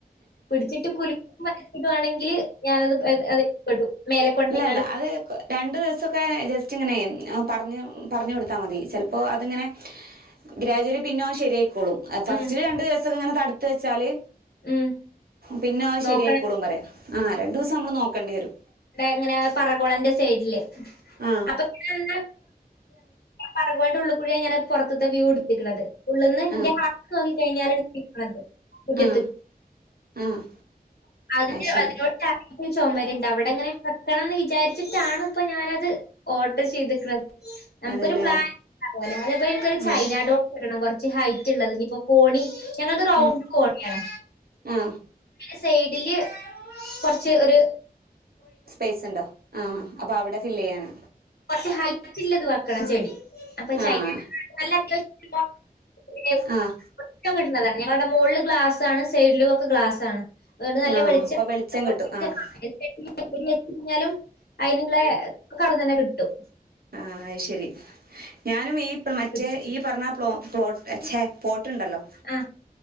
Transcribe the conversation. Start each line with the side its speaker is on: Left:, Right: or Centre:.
Left: പിടിച്ചിട്ട് കുല വരച്ചിട്ടുവാണെങ്കിൽ ഞാനത്പ്പെും മേലെ കൊണ്ടെങ്ങാണ്ട്
Right: ഇല്ലല്ല അത് രണ്ട് ദിവസൊക്കെ ജസ്റ്റ്ങ്ങനെ പറഞ്ഞു പറഞ്ഞു കൊടുത്താൽ മതി ചിലപ്പോ അതിങ്ങനെ ഗ്രാജുലി പിന്നോ അവൻ ശെരിയായ്ക്കോളും ക്ളും ഫസ്റ്റ്
Left: ഉം
Right: രണ്ട് ദിവസമക്കെ ഇങ്ങനെ തടുത്തത്ത് വെച്ചാൽ
Left: ഉം
Right: പിന്നെ
Left: നോക്കണം
Right: ശരിയയിക്കോളും പറയാം ആഹാ രണ്ടു ദിവസം നമ്മള് നോക്കേണ്ടി വരും
Left: അനെ പറഗോളന്റെ സൈഡില്
Right: ആഹ്
Left: അപ്പേ പിന്നെ പറണ്ട് ഉള്ളിൽകൂടെ ഞാൻ പുറത്തത്തെ വ്യൂ എടുത്തിക്കണത് ഉള്ളന്ന് ഇന്റെ
Right: ആഹ്
Left: നോക്കി കഴിഞ്ഞൽണത് മുറ്റത്ത്
Right: ആഹ് ആഹ്
Left: അതിന്റെ
Right: അത് ശരി
Left: അതിനോട് ചുമരണ്ട് അവിടെങ്ങനെ വെക്കണംന്ന് വിചാരിച്ചിട്ടാണ് ഇപ്പൊ ഞാനത് ഓർഡർ ചെയ്തിട്ടുന്നത് നമുക്കൊരു
Right: അതെല്ലേ
Left: പ്ലാൻ ണ്ടാവല്ലോ അതേപ എനക്ക്‌ ഒരു ചൈനഡോട്ട്
Right: ഉം
Left: വടണം കൊറ ഹൈറ്റ് ഉള്ളത് ഇനിയിപ്പോ കോണി ഞങ്ങളത് റൗണ്ട്
Right: ഉം
Left: കോണിയാണ്
Right: ആഹ്
Left: സൈഡില് കുറച്ച് ഒരു
Right: സ്പേസ് ഉണ്ടോ ആ അപ്പൊ അവിടെ ഫില്ല് ചെയ്യാന്
Left: കുറച്ച് ഹൈറ്റില്ലത് വെക്കണം ചെടി അപ്പൊ ചൈന
Right: ആഹ്
Left: നല്ല അത്യാവശ്യംംട്ടുള്ളതാണ്
Right: ആഹ്
Left: <inaudible> ഞങ്ങളുടെ മുകളിൽ ഗ്ലാസ് ആണ് സൈഡിലും ഒക്കെ ഗ്ലാസ് ആണ് അതുകൊണ്ട് നല്ല
Right: ആഹ്
Left: വെളിച്ച
Right: അപ്പൊ വെളിച്ചം
Left: അപ്പ
Right: കിട്ടും
Left: വെച്ച
Right: ആഹ്
Left: <inaudible> കഴിഞ്ഞാലും അതിനുള്ള ക്കെ അവിട്ന്ന് തന്നെ കിട്ടും
Right: ആഹ അത് ശരി ഞാനും ഈ മറ്റേ
Left: കിട്ടും
Right: ഈ പറഞ്ഞ്ല പ്ലോട്ട് ഛേ ഉണ്ടല്ലോ
Left: ആ